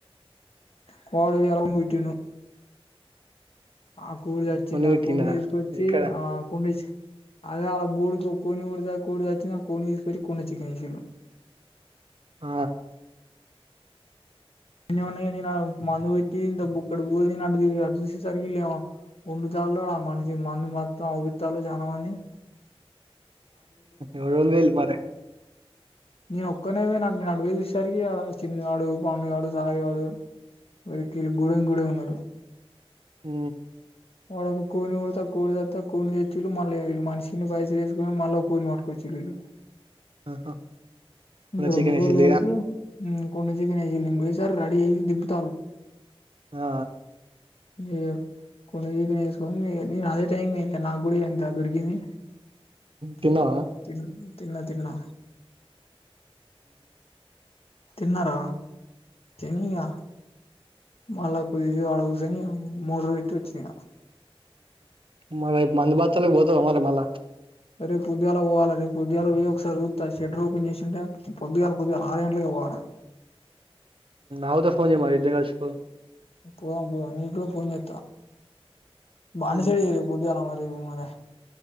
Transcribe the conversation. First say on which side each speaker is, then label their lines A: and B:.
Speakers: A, on the left; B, on the right.
A: కోడది ఇరక పోటిు ఆ కూడి సచ్చింది
B: ఫోన్
A: ఆ
B: పెట్టిండా
A: కూడిని తీసుకొచ్చి
B: ఎక్కడ
A: ఆ కూడి అదే అలా బర్డుకి కొన్నిి కొదా కోడిదచ్చి నా కొన్ని ఇి కొన్నిు చికెన్ చేసిండు
B: ఆ
A: ఎన్నమన్నాయ మందు పెట్టి ఇంత బుక్కడు పో అటు చూసేసరికిళ్ళమో ఉండుతలో ఆ మనిషి మంది మొత్తం అపితాలు చాల మని
B: ఎళ వెల్ మరి
A: నేను ఒక్కనేద న నడిపే చరికిడ చిన్నగాడు పండుగాడు సాయిగాడు వరి కీ బూడం గూడ ఉన్నారుడు
B: హ,
A: వాడక కోని కొడా కోడి తతా కోని తెచ్చులు మళ్ళీ మనిషిని బైస వేసుకని మళ్ళా కోని పట్టుకోవచ్చు
B: ఆహా
A: ఇంకా రెండుగోలు
B: చికెన్ ఏసిల్లు
A: కలిపు
B: ఇగ
A: కొన్ని చకింబడి సార్ రడిీ దిబ్త
B: ఆ
A: ఏ కొన్నిీక వేసుకుని నేను అదే టైం ఏ నాకు కూడా ఎంత దొరికింది
B: తిన్నవా
A: త తిన్న తిన్నా తన్నార చంగగా మళ్ళా కుది అడగుసని మూడు విట్ వచ్చన
B: మరిపు మందు భాతలోకి పోతా మరి మళ్ళా
A: రేపు ఉద్్యగాలు పోాలి రే ఉద్్యగాలు పో ఒకసారి షె రూపెన్ చేసింటే పొద్గాల పొద్గా ఆ పోడ
B: అవుతో ఫోన్ చే మరిద్దంగా స్కో
A: పోద పోద నకులో పోత బాండసేడి
B: ఉమ్,
A: ఏరియా పుజ అాల మ మర